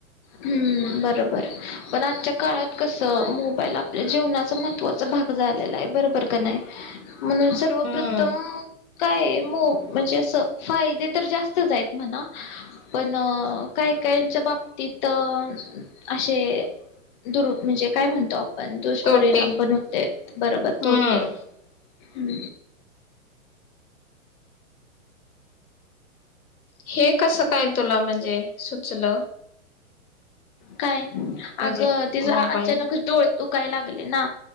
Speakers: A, on the left; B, on the left.
A: हम्म बरोबर पण आजच्या काळात कसं मोबाईल आपल्या जीवनाचा महत्त्वाचा भाग झालेला आहे बरोबर का नाही म्हणून सर्वप्रथम
B: हम्म
A: काय मो म्हणजे अस फायदे तर जास्तच आहेत म्हणा पण काय काय बाबतीत असे दुरु म्हणजे काय म्हणतो आप पण दुष्परिणाम
B: तोटे
A: पण होते बरोबर
B: हम्म
A: तोटे ब
B: हे कसं काय तुला म्हणजे सुचल
A: काय
B: म्हणजे
A: अगं ते
B: मोबाईल
A: अचानक डोळ तू काय लागले ना